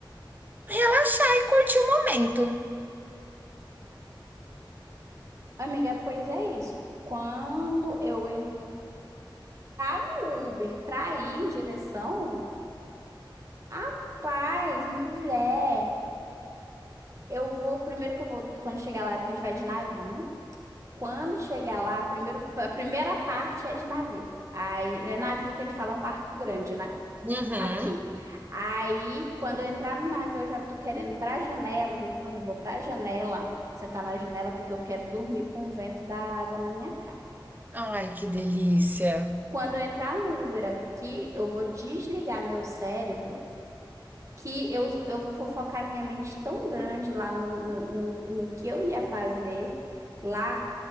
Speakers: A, on the right; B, on the right.
A: relaxar e curtir o momento.
B: Amiga, pois é isso. Quando eu entrar no Uber pra ir em direção, rapaz, mulher, eu vou. Primeiro que eu vou. Quando chegar lá, é porque a gente vai de navio, né? Quando chegar lá, primeiro, a primeira parte é de navio. Aí, é navio que a gente fala é um barco grande, né?
A: Uhum.
B: Aqui. Aí, quando eu entrar no navio, eu já tô querendo ir pra janela, já tô planejando, eu vou pra janela, sentar na janela, porque eu quero dormir com o vento da água na minha cara.
A: Ai, que delícia.
B: Quando eu entrar no Uber aqui, eu vou desligar meu cérebro, que eu, eu vou focar minha mente tão grande lá no, no, no, no que eu ia fazer lá